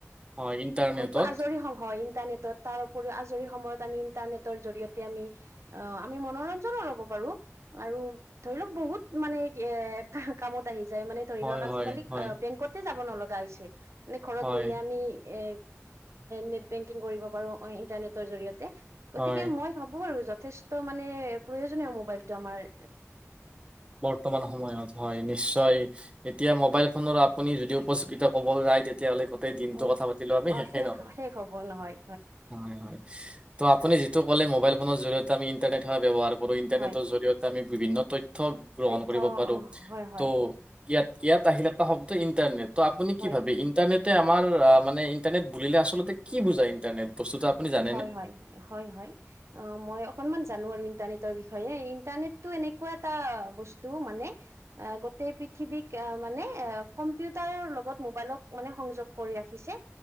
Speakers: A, on the right (about 20°); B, on the right (about 60°).
A: হয় ইণ্টাৰনেটত
B: হয়তো আজৰি <unintelligible> ইণ্টাৰনেটত তাৰ উপৰিও আজৰি সময়ত আমি ইণ্টাৰনেটৰ জৰিয়তে আমি অ' আমি মনোৰঞ্জনো ল'ব পাৰো আৰু ধৰি লওক বহুত মানে এ কামত আহি যায় মানে ধৰি
A: হয়
B: লওক আজিকালি
A: হয় হয়
B: বেংকতে যাব নলগা হৈছে মানে ঘৰত
A: হয়
B: বহিয়ে আমি এ নেট বেংকিং কৰিব পাৰো ইন্টাৰনেটৰ জৰিয়তে গতিকে
A: হয়
B: মই ভাবো আৰু যথেষ্ট মানে প্ৰয়োজনীয় মোবাইলটো আমাৰ
A: বৰ্তমান সময়ত হয় নিশ্চয়। এতিয়া মোবাইল ফোনৰ আপুনি যদি উপযোগিতা ক'ব যায় তেতিয়াহ'লে ক গোতেই দিনটো
B: উম
A: কথা পাতিলেও আমি
B: অ
A: শেষেই
B: শেষ
A: ন'হব।
B: শেষ হ'ব নহয়
A: হয় হয়। ত' আপুনি যিটো ক'লে ম'বাইল ফোনৰ জৰিয়তে আমি ইণ্টাৰনেটৰ সেৱা ব্যৱহাৰ কৰো ইণ্টাৰনেটৰ
B: হয়
A: জৰিয়তে আমি বিভিন্ন তথ্য তথ্য গ্ৰহণ
B: তথ্য
A: কৰিব পাৰো
B: অ হয় হয়
A: ত' ইয়াত ইয়াত আহিল এটা শব্দ ইন্টাৰনেট তো' আপুনি কি
B: হয়
A: ভাবে ইণ্টাৰনেটে আমাৰ মানে ইণ্টাৰনেট বুলিলে আচলতে কি বুজাই ইণ্টাৰনেট বস্তটো আপুনি জানে
B: হয় হয় হয় হয়। অ মই অকনমান জানো আৰু ইণ্টাৰনেটৰ বিষয়ে ইণ্টাৰনেটটো এনেকুৱা এটা বস্তু মানে গোটেই পৃথিৱীক মানে কম্পিউটাৰৰ লগত মোবাইলক মানে সংযোগ কৰি ৰাখিছে।